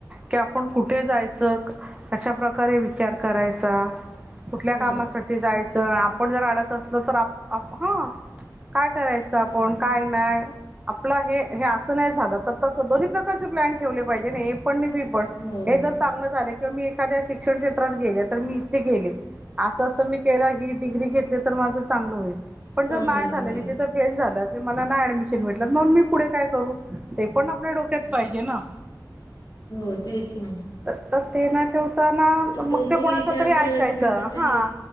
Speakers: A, on the right; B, on the left.
A: कि आपण कुठे जायचं अशा प्रकारे विचार करायचा. कुठल्या
B: हो
A: कामासाठी जायचं आपण जर अडत असल तर आप ह काय करायचं
B: हो
A: आपण काय नाही. आपलं हे असं नाही झालं तर तसं दोन्ही प्रकारचे प्लॅन ठेवले पाहिजे हे पण पण
B: हो,
A: हे जर चांगलं झालं किंवा मी एखाद्या शिक्षण क्षेत्रात गेले तर मी इथे गेले. असं असं मी केलं की डीग्री घेतली तर माझं चांगलं होईल. पण
B: चांगलं
A: जर नाही झालं
B: होईल
A: मी तिथ फेल झालं की मला नाही ऍडमिशन भेटलं मणून मी पुढे काय करू ते पण डोक्यात
B: हो
A: पाहिजे ना
B: हो तेच ना
A: तर ते ना ठेव ना
B: आता
A: मग
B: तस
A: ते कोणाच
B: विचार
A: तरी ऐकायच
B: करत नाही
A: हा.
B: तर ते